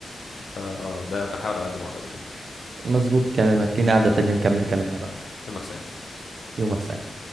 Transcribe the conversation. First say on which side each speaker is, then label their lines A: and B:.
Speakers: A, on the left; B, on the right.
A: فاه ده بحاول على قد ما اقدر يعني
B: مظبوط كلامك لينا قعدة تانية نكمل كلامنا بقى
A: يومك سعيد
B: يومك سعيد